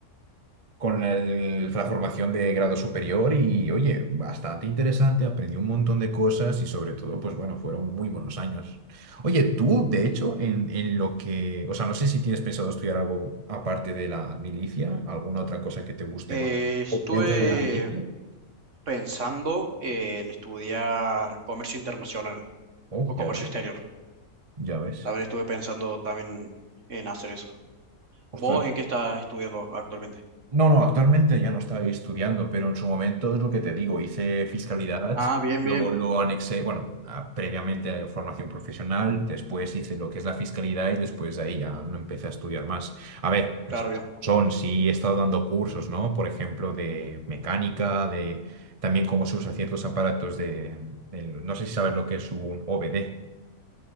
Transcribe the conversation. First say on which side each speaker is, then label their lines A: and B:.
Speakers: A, on the right (about 30°); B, on the right (about 55°).
A: con el- la formación de grado superior y, oye, bastante interesante, aprendí un montón de cosas y sobre todo, pues bueno, fueron muy buenos años. Oye, tú, de hecho, en, en lo que, o sea, no sé si tienes pensado estudiar algo aparte de la milicia, alguna otra cosa que te guste
B: Eh,
A: más.
B: estuve
A: ¿O Dentro de la milicia.
B: pensando en estudiar comercio internacional
A: Oh,
B: o comercio
A: ya ves,
B: exterior.
A: ya ves.
B: También estuve pensando también en hacer eso.
A: Ostras,
B: ¿Vos en qué estás estudiando actualmente?
A: No, no, actualmente ya no estoy estudiando, pero en su momento es lo que te digo, hice fiscalidad,
B: Ah, bien,
A: luego
B: bien,
A: lo anexé, bueno, a- previamente a formación profesional, después hice lo que es la fiscalidad y después de ahí ya no empecé a estudiar más. A ver,
B: claro,
A: las cosas
B: bien.
A: como son, sí he estado dando cursos, ¿no? Por ejemplo, de mecánica, de también cómo se usa ciertos aparatos de, del- no sé si sabes lo que es un OBD.